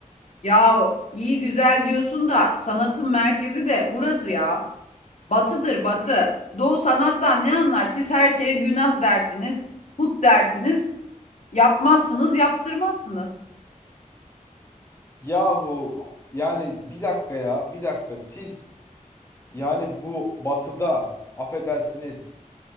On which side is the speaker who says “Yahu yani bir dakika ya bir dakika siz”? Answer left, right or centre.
Left